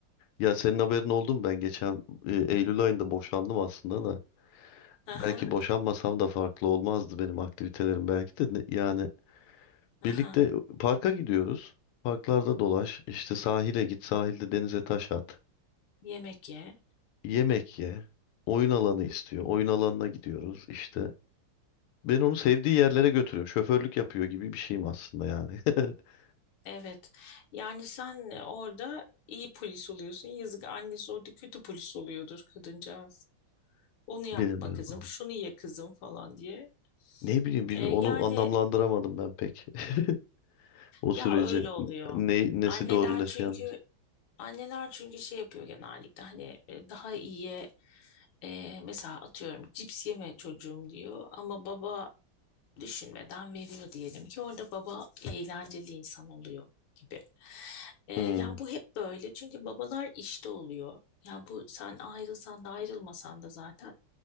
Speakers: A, on the left; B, on the left.
A: ya senin haberin oldu mu? Ben geçen e, Eylül ayında boşandım aslında da.
B: <laughs> Aha,
A: Belki boşanmasam da farklı olmazdı benim aktivitelerim belki de. Ne- Yani birlikte
B: aha.
A: parka gidiyoruz. Parklarda dolaş. işte sahile git. Sahilde denize taş at.
B: Yemek ye.
A: Yemek ye. Oyun alanı istiyor. Oyun alanına gidiyoruz. İşte Ben onu sevdiği yerlere götürüyorum. Şoförlük yapıyor gibi bir şeyim aslında yani. <laughs>
B: Evet. Yani sen orada iyi polis oluyorsun. Yazık annesi orada kötü polis oluyordur kadıncağız. Onu yapma
A: Bilmiyorum
B: kızım,
A: ama.
B: şunu ye kızım falan diye.
A: Ne bileyim bilmiyorum.
B: E, yani
A: Onu anlamlandıramadım ben pek. <laughs> O süreci.
B: ya öyle oluyor.
A: Ne, nesi
B: Anneler
A: doğru nesi
B: çünkü
A: yanlış.
B: anneler çünkü şey yapıyor genellikle hani e, daha iyiye e, mesela atıyorum cips yeme çocuğum diyor ama baba düşünmeden veriyor diyelim ki orada baba eğlenceli insan oluyor gibi. Ee,
A: Hmm,
B: ya bu hep böyle çünkü babalar işte oluyor. Ya bu sen ayrılsan da ayrılmasan da zaten